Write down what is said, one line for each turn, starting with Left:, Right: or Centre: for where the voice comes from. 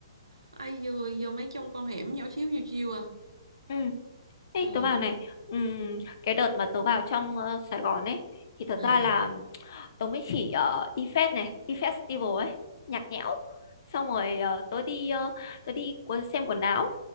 Right: ai vừa vô mấy trong con hẻm nhỏ xíu xíu chiêu à
Left: ừ Ê,
Right: Ờ,
Left: tớ bảo này, ừm, cái đợt mà tớ vào trong ờ, Sài Gòn ấy, thì thật
Right: à,
Left: ra là tớ mới chỉ ở IFES này, IFES Festival ấy, nhạc nhẽo. Xong rồi ờ, tớ đi ờ, tớ đi cu- xem quần áo,